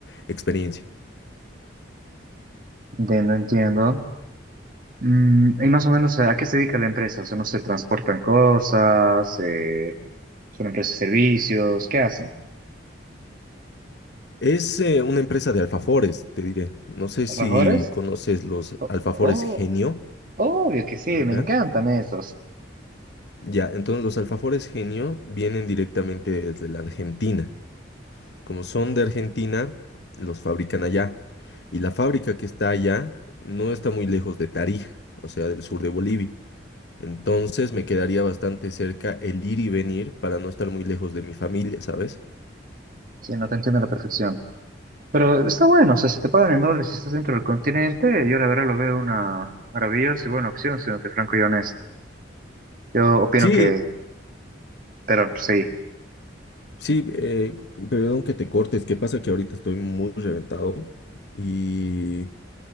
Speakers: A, on the left; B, on the right.
A: experiencia.
B: Entiendo, entiendo. Mm, y más o menos, eh, ¿a qué se dedica la empresa? O sea, ¿no se transportan cosas? Eh, ¿son empresas de servicios? ¿Qué hacen?
A: Es eh, una empresa de alfafores, te diré. No sé
B: ¿Trabajadores?
A: si conoces los
B: Oh,
A: alfafores
B: oh,
A: genio,
B: obvio que sí,
A: ¿ya?
B: me encantan esos.
A: Ya, entonces los alfafores genio vienen directamente desde la Argentina. Como son de Argentina, los fabrican allá. Y la fábrica que está allá no está muy lejos de Tarija, o sea, del sur de Bolivia. Entonces me quedaría bastante cerca el ir y venir para no estar muy lejos de mi familia, ¿sabes?
B: Sí, no te entiendo a la perfección. Pero está bueno, o sea, si te pagan en dólares y estás dentro del continente, yo la verdad lo veo una maravillosa y buena opción, siéndote franco y honesto. Yo opino
A: Sí,
B: que, pero sí.
A: sí, eh, perdón que te cortes. ¿Qué pasa? Que ahorita estoy muy reventado y